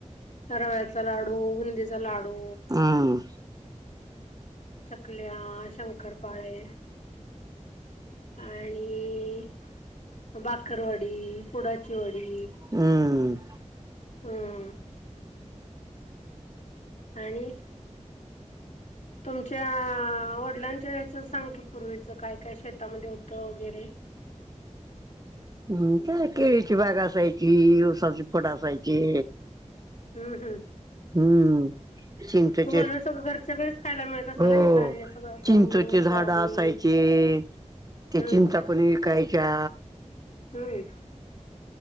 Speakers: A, on the left; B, on the right.
A: रव्याचा लाडू, बुंदीचा लाडू
B: हम्म
A: चकल्या, शंकरपाळे आणि बाकरवडी, पुडाची वडी.
B: हम.
A: हम्म. आणि, तुमच्या वडिलांच्या याच सांग की पूर्वीचं काय काय शेतामध्ये होत वगैरे
B: हम् का केळीची बाग असायची उसाची फड असायची
A: हम्म हम्म
B: हम्म चिंंचेचे,
A: तुम्हाला सगळं घरच्या घरीच खायला मिळत असेल
B: हो
A: ना धान्य सगळं
B: चिंचचे
A: गहू,
B: झाड
A: ज्वारी
B: असायचे. ते
A: हम्म
B: चिंचा पण विकायच्या
A: हम्,